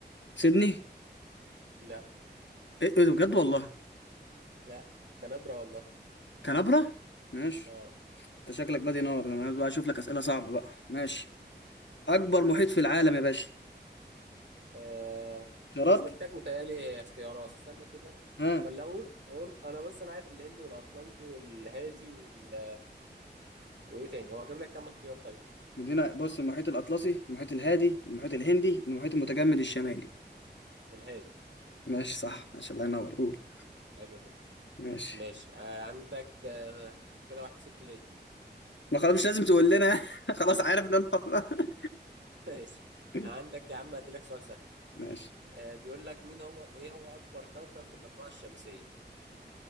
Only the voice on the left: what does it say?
سيدني
ايه إيه ده بجد والله
كنبره ماشي
انت شكلك بادي نار انا بقى اشوف لك اسئله صعبه بقى ماشي اكبر محيط في العالم يا باشا
خيارات
ها
مدينه بص المحيط الاطلسي المحيط الهادي المحيط الهندي المحيط المتجمد الشمالي
ماشي صح ماشي الله ينور قول
ماشي
ما خلاص مش لازم تقول لنا <laughs> خلاص عارف ان انا خطأ.
<laughs>
ماشي